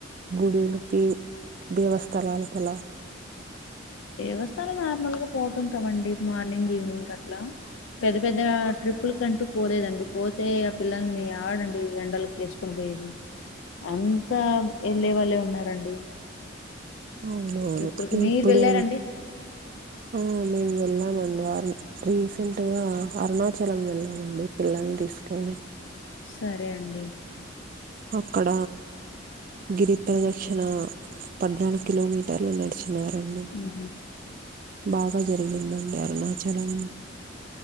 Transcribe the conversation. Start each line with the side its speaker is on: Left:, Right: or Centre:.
Right: గుడిలుకి దేవస్థలాలకి అలా
Left: దేవస్థానం నార్మల్ గా పోతుంటావండి మార్నింగ్ ఈవినింగ్ అట్లా పెద్ద పెద్ద ట్రిప్పుల్ కంటూ పోలేదండి పోతే ఆ పిల్లల్ని యాడండి ఎండలకి వేసుకొని అంతా ఏళ్ళే వాళ్ళే ఉన్నారండి
Right: అవునవును
Left: ట్రిప్పులకి మీరు
Right: ఇప్పుడు
Left: వెళ్ళారండి
Right: ఆ మేము వెళ్ళామండి అరుణ్ రీసెంట్ గా అరుణాచలం వెళ్ళామండి పిల్లల్ని తీసు కొని
Left: సరే అండి
Right: అక్కడ గిరిప్రదక్షణ పద్నాలుగు కిలోమీటర్లు నడిచి ఉన్నారండి
Left: ఉహు
Right: బాగా జరిగిందండి అరుణాచలం